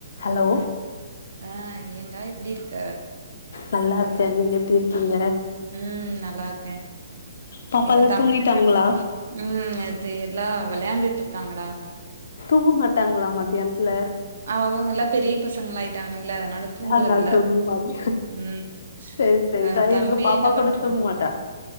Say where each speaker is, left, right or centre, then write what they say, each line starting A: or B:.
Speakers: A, on the left; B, on the right.
A: ஹலோ
B: ஆ ஏண்டா எப்டி இருக்க
A: நல்லாருக்கே நீங்க எப்டி இருக்கீங்க
B: ம் நல்லாருக்கே
A: பாப்பால்லா
B: எங்க தம்
A: தூங்கிட்டாங்களா
B: ம் அது எல்லா வெளையாண்டுட்டு இருக்காங்கடா
A: தூங்க மாட்டாங்ளா மத்தியானத்துல
B: அவங்கல்லா பெரிய பசங்களா ஆயிட்டாங்கல்ல அதனால தூங்குறது
A: ஆதனால
B: இல்ல
A: தூங்கமாவு
B: ம்
A: செரி செரி
B: அ
A: நா
B: தம்பி
A: எங்க பாப்பா
B: என்ன பண்றா
A: கூட தூங்கமாட்டா